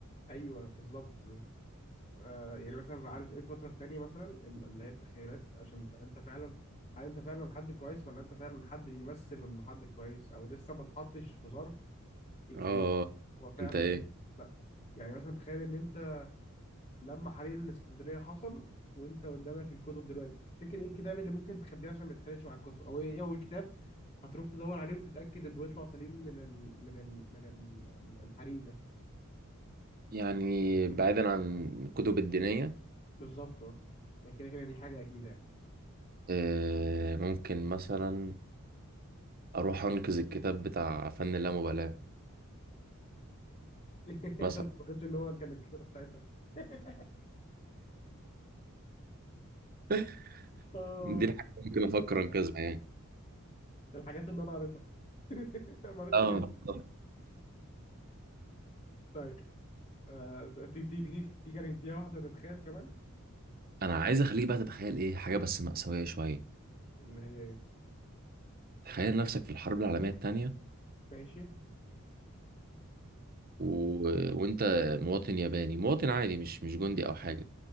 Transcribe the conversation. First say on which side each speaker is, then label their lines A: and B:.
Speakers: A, on the left; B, on the right.
A: ايوه بالظبط آه يعني مثلا عارف ايه الفتره التانيه مثلا ال- اللي هي التخيلات عشان انت أنت فعلا هل انت فعلا حد كويس ولا انت فعلا حد بيمثل انه حد كويس او لسه ما اتحطش في ظرف يخليك
B: اه
A: هو فعلا
B: انت ايه
A: حد- لا يعني مثلا تخيل ان انت لما حريق الاسكندريه حصل وانت قدامك الكتب دلوقتي تفتكر ايه الكتاب اللي ممكن تخبيه عشان ما يتحرقش مع الكتب او ايه اول كتاب هتروح تدور عليه وتتاكد انه يطلع سليم من ال من ال من ال الحريق ده
B: يعني بعيدا عن الكتب الدينيه
A: بالظبط اه يعني كده كده دي حاجه اكيده يعني
B: آه، ممكن مثلا اروح انقذ الكتاب بتاع فن اللامبالاة
A: <laughs> ما
B: مثلا
A: اعتقدش ان هو كان الكتاب ساعتها <laughs>
B: <laughs>
A: اه
B: دي الحاجة اللي ممكن افكر
A: بس
B: انقذها يعني
A: الحاجات اللي انا قريتها <laughs> ما قريتش
B: اه
A: غير
B: بالظبط.
A: طيب آه، تيجي تيجي تيجي نديها واحده نتخيل كمان
B: انا عايز اخليك بقى تتخيل ايه حاجة بس مأساوية شوية
A: اللي هي ايه
B: تخيل نفسك في الحرب العالمية التانية
A: ماشي
B: و... وانت مواطن ياباني مواطن عادي مش مش جندي او حاجة